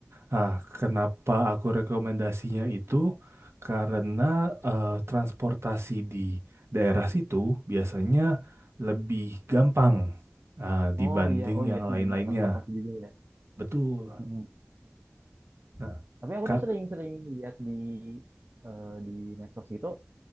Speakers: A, on the right; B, on the right.
A: Nah, kenapa aku rekomendasinya itu? Karena eh, transportasi di daerah situ biasanya lebih gampang ah, dibanding
B: Oh iya oh
A: yang
B: iya sih
A: lain-lainnya.
B: bener transportasi juga ya.
A: Betul.
B: Mm-mm.
A: Nah,
B: Tapi aku
A: Kak,
B: tuh sering-sering lihat di eh, di medsos gitu